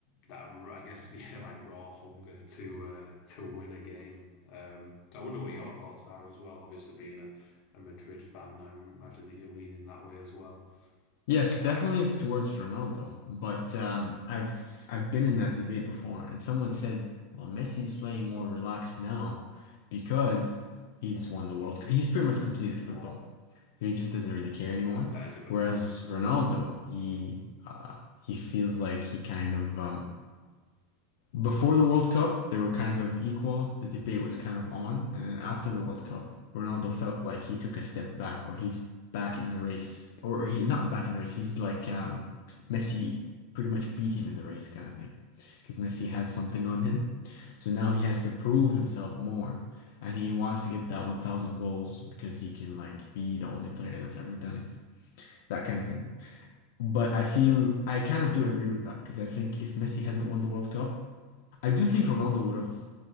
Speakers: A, on the left; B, on the left.
A: that r- I guess <laughs> yeah, like raw hunger to uh, to win a game. Um, so I wonder what your thoughts are as well. Obviously, being a, a Madrid fan, I imagine that you're leaning that way as well.
B: Yes,
A: Right.
B: definitely f- towards Ronaldo. But um I've s- I've been in that debate before and someone said, well, Messi's playing more relaxed now because he's won the World Cup. He's pretty much completed football. So he just doesn't really care anymore.
A: That is a good
B: Whereas
A: point.
B: Ronaldo, he uh he feels like he kind of um Before the World Cup, they were kind of equal. The debate was kind of on. And then after the World Cup, Ronaldo felt like he took a step back or he's back in the race. Or he not back in the race. He's like um Messi pretty much beat him in the race kind of thing. Because Messi has something on him. So now he has to prove himself more. And he wants to get that 1,000 goals because he can like be the only player that's ever done it. That kind of thing. But I feel I kind of do agree with that because I think if Messi hasn't won the World Cup, I do think Ronaldo would have